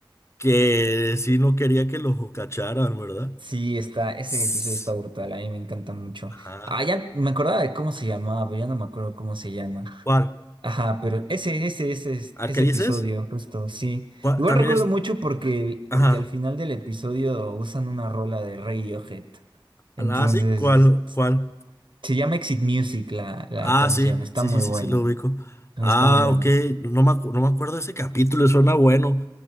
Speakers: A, on the left (about 30°); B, on the right (about 70°).
A: que sí no quería que lo cacharan, ¿verdad?
B: Sí, está, ese
A: Sss,
B: episodio está brutal, a mí me encanta mucho.
A: Ajá.
B: Ah, ya me acordaba de cómo se llamaba, pero ya no me acuerdo cómo se llama.
A: ¿Cuál?
B: Ajá, pero ese, ese, ese, es-
A: ¿Al
B: ese
A: que dices?
B: episodio, justo, sí.
A: ¿Cuál?
B: Igual
A: También
B: recuerdo
A: es,
B: mucho porque, el-
A: ajá.
B: porque al final del episodio usan una rola de Radiohead. Entonces,
A: Ah, sí, ¿cuál,
B: es-
A: cuál?
B: se llama Exit Music la, la
A: Ah,
B: canción,
A: sí,
B: está
A: sí,
B: muy
A: sí, sí,
B: buena.
A: sí, lo ubico.
B: Está
A: Ah,
B: muy buena.
A: ok, no no me, acu- no me acuerdo de ese capítulo, suena bueno.